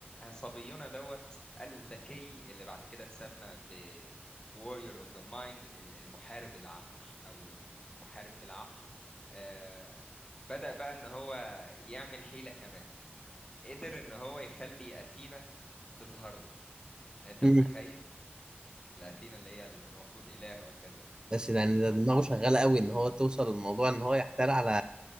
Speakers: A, on the left; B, on the right.
A: صبينا دوت الذكي اللي بعد كده اتسمى ب Warrior of the Mind ال- المحارب العقل أو المحارب بالعقل آه، بدأ بقى إن هو يعمل حيلة كمان قدر إن هو يخلي أثينا تظهر له يعني أنت
B: مم.
A: متخيل؟ الأثينا اللي هي المفروض إله وكذا
B: بس يعني ده دماغه شغالة قوي إن هو توصل للموضوع إن هو يحتال على